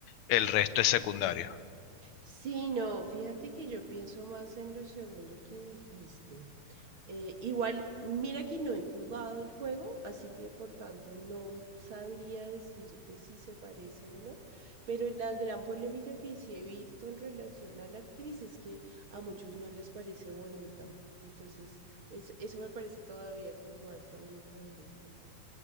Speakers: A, on the left; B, on the right.
A: el resto es secundario?
B: Sí, no, fíjate que yo pienso más en lo segundo que dijiste. Eh, igual, mira que no he jugado el juego, así que por tanto no sabría decirte si se parece o no, pero la gran polémica que sí he visto en relación a la actriz es que a muchos no les parece bonita. Entonces, es- eso me parece todavía como más maluco aún, como